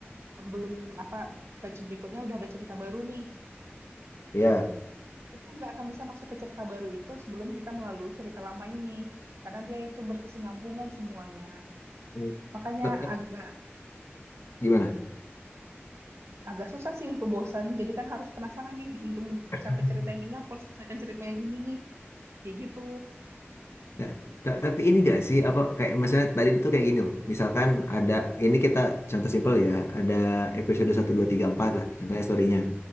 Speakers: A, on the right; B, on the left.
A: belum apa patch berikutnya udah ada cerita baru nih.
B: Iya.
A: Kita nggak akan bisa masuk ke cerita baru itu sebelum kita melalui cerita lama ini. Karena dia itu berkesinambungan semuanya.
B: Hmm.
A: Makanya
B: Tapi
A: agak
B: gimana?
A: agak susah sih untuk bosan. Jadi kan harus penasaran nih untuk mencapai
B: <laughs>
A: cerita yang ini aku harus selesaikan cerita yang ini nih. Kayak gitu.
B: Nah, ta- tapi ini gak sih apa kayak maksudnya tadi itu kayak gini loh. Misalkan ada ini kita contoh simpel ya, ada episode satu dua
A: Hmm.
B: tiga empat lah contohnya storynya.